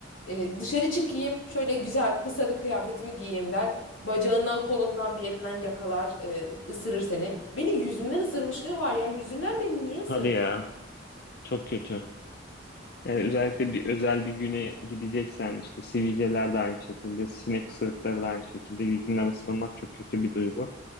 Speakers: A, on the left; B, on the left.
A: Ee, dışarı çıkayım şöyle güzel kısa bir kıyafetimi giyeyim der. Bacağından kolundan bir yerinden yakalar e, ısırır seni. Beni yüzümden ısırmışlığı var ya yüzümden beni niye ısırdı?
B: Hadi ya, çok kötü. Yani özellikle bir özel bir güne gideceksen işte sivilceler de aynı şekilde, sinek ısırıkları da aynı şekilde yüzünden ısırılmak çok kötü bir duygu.